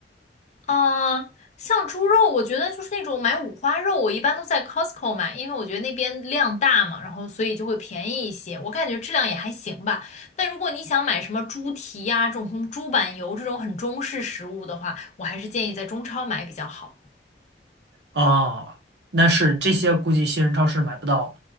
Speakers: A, on the left; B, on the right.
A: 呃，像猪肉，我觉得就是那种买五花肉，我一般都在 Costco 买，因为我觉得那边量大嘛，然后所以就会便宜一些。我感觉质量也还行吧。但如果你想买什么猪蹄呀、这种猪板油这种很中式食物的话，我还是建议在中超买比较好。
B: 啊，那是这些估计新人超市买不到，